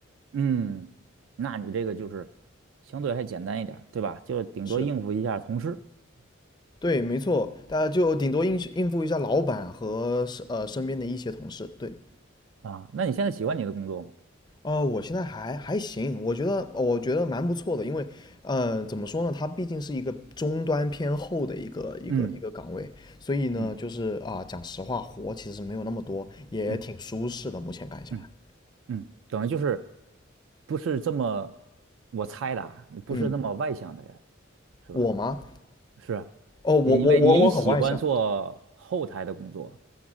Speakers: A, on the right; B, on the left.
A: 嗯，那你这个就是相对还简单一点儿对吧？就顶多应付一下同事
B: 是，对，没错，大家就顶多应应付一下老板和是呃身边的一些同事。对，
A: 啊。那你现在喜欢你的工作吗？
B: 呃，我现在还还行，我觉得我觉得蛮不错的，因为呃怎么说呢，它毕竟是一个终端偏后的一个一个一个岗位，
A: 嗯
B: 所以呢，
A: 嗯
B: 就是啊、讲实话，活其实没有那么多，也挺舒适的，
A: 嗯
B: 目前干下来。
A: 嗯嗯，嗯等于就是不是这么我猜的啊，你不是那么外向的人。
B: 嗯，
A: 是吧？
B: 我吗？
A: 是啊，
B: 哦，我我我我很外向。
A: 因为你喜欢做后台的工作，